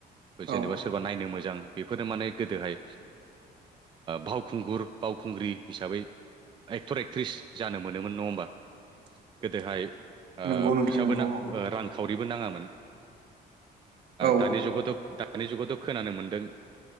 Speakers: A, on the right; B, on the right.
A: जेनेबा
B: औ
A: सोरबा नायनो मोजां बेफोरनो माने गोदोहाय बावखुंगुर बावखुंग्रि हिसाबै एक्टर एक्ट्रिस जानो मोनोमोन नङा होमबा गोदोहाय
B: नंगौ नोंथां
A: फैसाबोोना
B: नंगौ
A: रांखा सावरिबो नाङामोन
B: औ
A: दानि जुगावथ' दानि जुगावथ' खोनानो मोन्दों